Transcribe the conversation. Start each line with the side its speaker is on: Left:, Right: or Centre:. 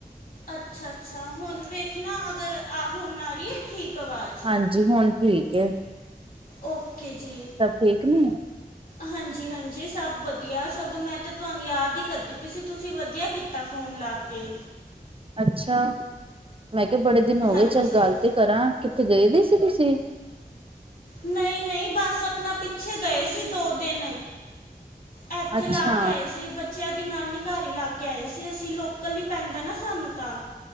Left: ਅੱਛਾ-ਅੱਛਾ ਹੁਣ ਵੇਖਣਾ ਅਗਰ ਆ ਹੁਣ ਆ ਰਹੀ ਹੈ ਠੀਕ ਆਵਾਜ਼।
Right: ਹਾਂਜੀ ਹੁਣ ਠੀਕ ਏ।
Left: ਓਕੇ ਜੀ।
Right: ਠੀਕ ਨੇ
Left: ਹਾਂਜੀ-ਹਾਂਜੀ ਸਭ ਵਧੀਆ ਸਗੋਂ ਮੈਂ ਤੇ ਤੁਹਾਨੂੰ ਯਾਦ ਹੀ ਕਰਦੀ ਪਈ ਸੀ ਤੁਸੀਂ ਵਧੀਆ ਕੀ ਤਾ ਫ਼ੋਨ ਲਾ ਕੇ।
Right: ਅੱਛਾ ਮੈਂ ਕਿਹਾ ਬੜੇ ਦਿਨ ਹੋ
Left: ਹਾਂਜੀ
Right: ਗਏ ਚੱਲ ਗੱਲ ਤੇ ਕਰਾਂ ਕਿੱਤੇ ਗਏ ਦੇ ਸੀ ਤੁਸੀਂ।
Left: ਨਹੀਂ-ਨਹੀਂ ਬਸ ਆਪਣਾ ਪਿੱਛੇ ਗਏ ਸੀ ਦੋ ਦਿਨ। ਇੱਥੇ
Right: ਅੱਛਾ
Left: ਲਾ ਕੇ ਆਏ ਸੀ ਬੱਚਿਆਂ ਦੀ ਨਾਨੀ ਘਰ ਹੀ ਲਾ ਕੇ ਆਏ ਸੀ ਅਸੀਂ ਲੋਕਲ ਹੀ ਪੈਂਦਾ ਨਾ ਸਾਨੂੰ ਤਾਂ।